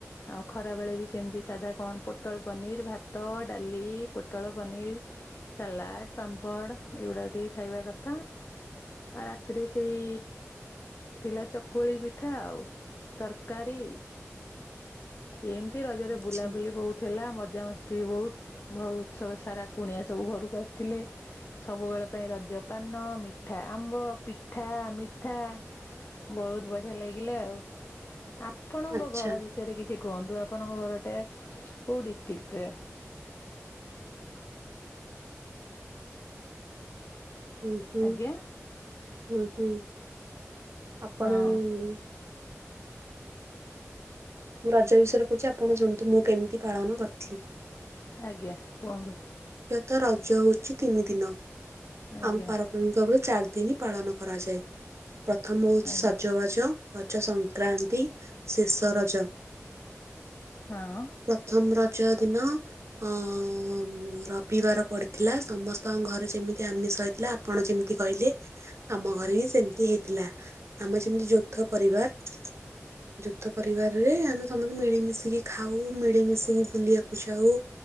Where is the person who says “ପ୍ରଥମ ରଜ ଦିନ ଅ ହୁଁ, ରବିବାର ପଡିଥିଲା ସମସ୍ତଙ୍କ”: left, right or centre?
Right